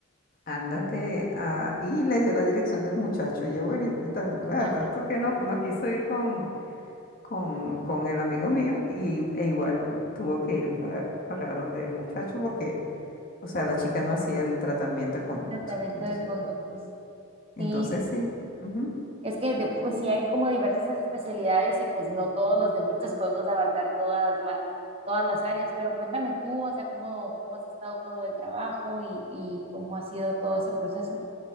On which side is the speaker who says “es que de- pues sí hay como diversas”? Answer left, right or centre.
Right